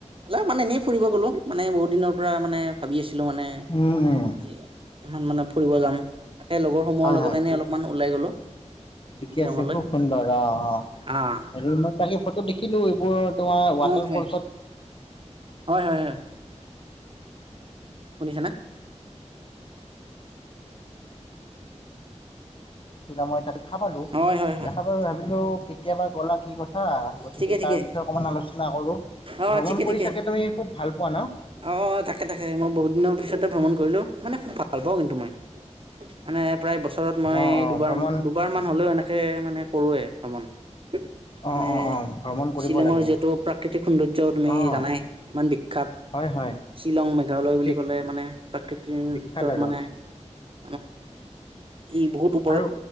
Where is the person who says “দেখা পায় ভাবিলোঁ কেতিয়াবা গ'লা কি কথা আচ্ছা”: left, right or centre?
Left